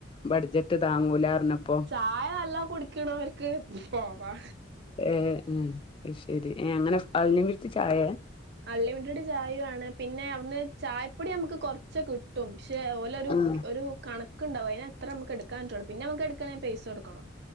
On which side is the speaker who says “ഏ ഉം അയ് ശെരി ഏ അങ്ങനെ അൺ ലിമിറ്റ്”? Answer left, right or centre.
Left